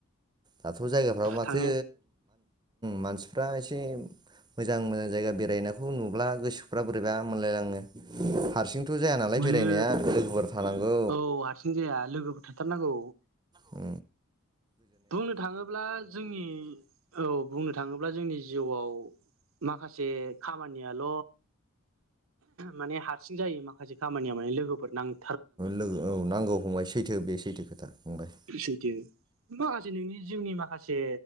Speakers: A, on the right (about 20°); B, on the right (about 70°).
A: दाथ' जायगाफ्राव माथो
B: थांनो
A: मानसि फ्रा एसे मोजां मोजां जायगा बेरायनायखौ नुब्ला गोसोफ्रा बोरैबा मोनलायलाङो हारसिं थ' जाया नालाय
B: मोनो
A: बेरायनाया लोगोफोर थानांगौ
B: औ हारसिं जाया लोगोफोर था थार नांगौ
A: उ
B: बुंनो थाङोब्ला जोंनि औ। बुंनो थाङोब्ला जोंनि जिउआव माखासे खामानियाल माने हारसिं जायो माखासे खामानिया माने लोगोफोर नांगौ।
A: लोगो औ नांगौ फंबाय सैथो बे सैथो खोथा। फंबाय
B: सैथो माखासे नोंनि जिउनि माखासे